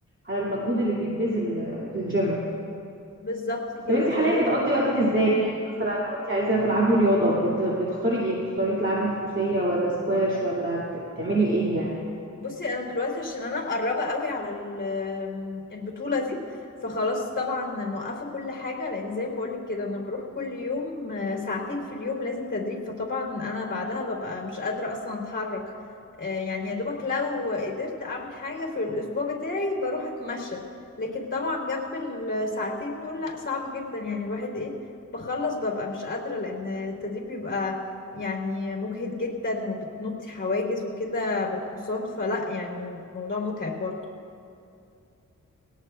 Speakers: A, on the right; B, on the left.
A: على المجهود اللي بيتبذل في الجيم
B: بالظبط كده
A: طب انت
B: فهي
A: حاليا بتقضي وقتك ازاي يعني مثلا لو انت عايزه تلعبي رياضه بت... بتختاري ايه بتختاري تلعبي فروسيه ولا سكواش ولا بت... بتعملي ايه يعني
B: بصي انا دلوقتي عشان انا مقربه قوي على ال- آمم، البطوله دي فخلاص طبعا موقفه كل حاجه لان زي ما بقولك كده انا بروح كل يوم آه، ساعتين في اليوم لازم تدريب فطبعا انا بعدها ببقى مش قادره اصلا اتحرك آه، يعني يا دوبك لو قدرت اعمل حاجه في الاسبوع بتاعي بروح اتمشى لكن طبعا جنب الساعتين دول لا صعب جدا يعني الواحد ايه بخلص ببقى مش قادره لان التدريب بيبقى يعني مجهد جدا وبتنطي حواجز وكده بالحصان فلا يعني موضوع متعب برضه